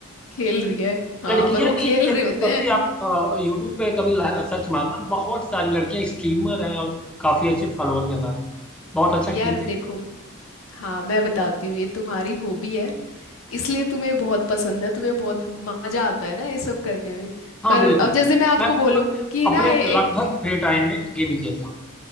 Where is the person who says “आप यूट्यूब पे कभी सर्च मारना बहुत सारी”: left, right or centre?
Centre